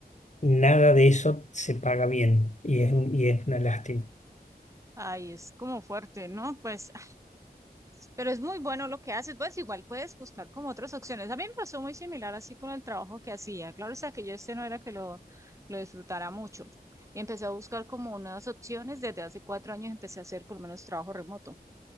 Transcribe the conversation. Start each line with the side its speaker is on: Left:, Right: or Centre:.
Left: nada de eso se paga bien y es, un- y es una lástima,
Right: Ay, es como fuerte, ¿no? Pues, ah, Pero es muy bueno lo que haces, pues igual puedes buscar como otras opciones. A mí me pasó muy similar así con el trabajo que hacía. Claro, o sea, que yo este no era que lo, lo disfrutara mucho. Y empecé a buscar como unas opciones. Desde hace cuatro años empecé a hacer por lo menos trabajo remoto.